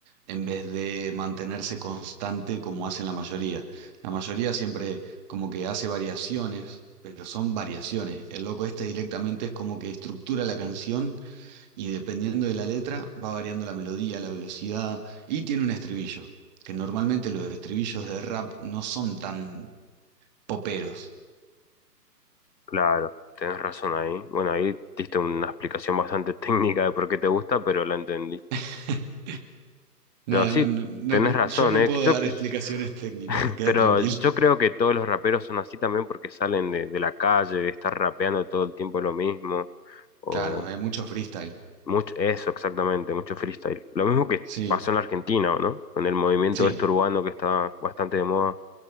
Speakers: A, on the right; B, on the left.
A: en vez de mantenerse constante como hacen la mayoría. La mayoría siempre como que hace variaciones, pero son variaciones. El loco este directamente es como que estructura la canción y dependiendo de la letra va variando la melodía, la velocidad y tiene un estribillo, que normalmente los estribillos de rap no son tan poperos.
B: Claro, tenés razón ahí. Bueno, ahí diste una explicación bastante <laughs> técnica de por qué te gusta, pero la entendí.
A: <laughs>
B: Pero
A: No,
B: sí,
A: no, no,
B: tenés
A: no cre-
B: razón,
A: yo no
B: ¿eh?
A: puedo
B: Yo,
A: dar explicaciones técnicas,
B: <laughs>
A: queda
B: pero
A: tranquilo.
B: yo creo que todos los raperos son así también porque salen de, de la calle, de estar rapeando todo el tiempo lo mismo, o
A: Claro, hay mucho freestyle.
B: mucho, eso exactamente, mucho freestyle. Lo mismo que
A: Sí,
B: pasó en la Argentina, ¿no? Con el movimiento
A: sí,
B: este urbano que está bastante de moda.